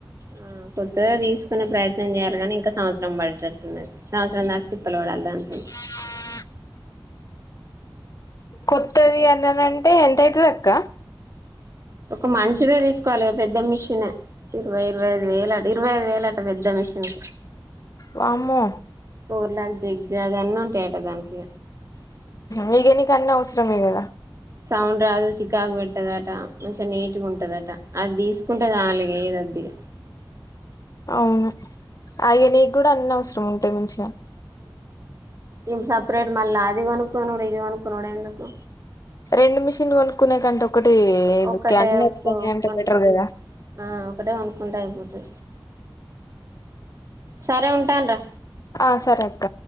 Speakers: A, on the right; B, on the left.
A: ఆ కొత్తగా తీసుకునే ప్రయత్నం చేయాలిగానీ ఇంకా సంవత్సరం పడేటట్టుందిది సంవత్సరం దాకా తిప్పలు పడాలి దాంతోనీ
B: ఆ కొత్తది అన్నది అంటే ఎంత అయితది ఆక్క
A: ఒక మంచిదే తీసుకోవాలిగా పెద్ద మిషనే ఇరవై ఇరవై ఐదు వేల ఇరవైదు వేలంట పెద్ద మిషిను
B: వామ్మో
A: పూర్ లాక్ జీగ్ జాగ్ అన్ని ఉంటాయట దానికి
B: నెక్కిందిక అన్ని అవసరమే కదా
A: సౌండ్ రాదు చికాకు పెట్టదట కొంచెం నీటుగా ఉంటదట అది తీసుకుంటే చాలు ఇక <unintelligible>
B: అవును అయి నీకు కూడా అన్ని అవసరం ఉంటాయి మంచిగా
A: మ్మ్ సపరేట్ మళ్ళా అది కొనుక్కున్నాడు ఇది కొనుకున్నాడు ఎందుకు
B: రెండు మిషన్ కొనుక్కునే కంటే ఒకటి ఇది
A: ఒక్కటే
B: క్యాన్ ఎతున్నా అంటే
A: కొనుక్కుంట
B: బెటర్ కదా
A: ఆ ఒకటే కొనుకుంటే అయిపోది సరే ఉంటాన రా
B: ఆ సరే అక్క